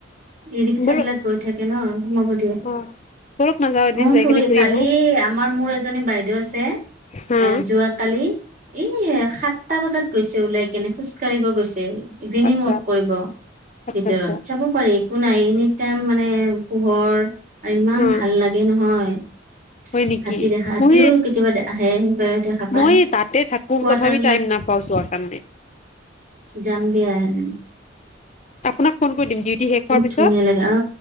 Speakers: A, on the right; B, on the left.
A: ই ৰিক্সা
B: বলক
A: বিলাক গৈ থাকে ন'। সোমাব দিয়ে?
B: অ বলক না যাওঁ এদিন
A: অঁ
B: যাই
A: ফুৰি--কালি
B: কেনে ঘূৰি আহো
A: আমাৰ, মোৰ এজ্‌ জনী বাইদেউ আছে।
B: হা
A: এ যোৱা -কালি এইই সাতটা বজাত গৈছে ওলাই। কেনে খোজ কাঢ়িব গৈছে। ইভিনিং
B: আচ্ছা
A: ৱাক কৰিব
B: আচ্ছা
A: ভিতৰত
B: আচ্ছা
A: চাব পাৰি। নাই, এনিটাইম মানে পোহৰ আৰু ইমান
B: হা
A: ভাল লাগে নহয়।
B: হয় নেকি?
A: হাতী দেখা হাতীও
B: মই,
A: কেতিয়াবা আহে সেইফালে দেখা পায়
B: মই তাতে থাকো
A: কোৱাটাৰ
B: তথাপি
A: বিলাক
B: টাইম নাপাওঁ। বচোৱা- কাম দে।
A: জাম গে আই।
B: আপোনাক ফোন কৰি দিম ডিউটি শেষ হোৱাৰ পিছত।
A: ধুনীয়া লাগে অ